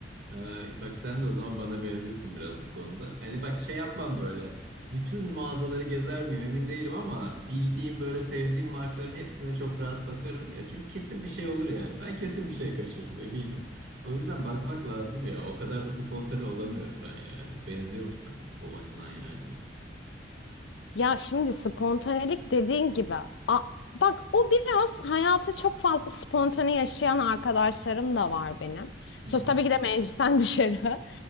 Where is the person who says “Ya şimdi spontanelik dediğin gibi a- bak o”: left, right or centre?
Left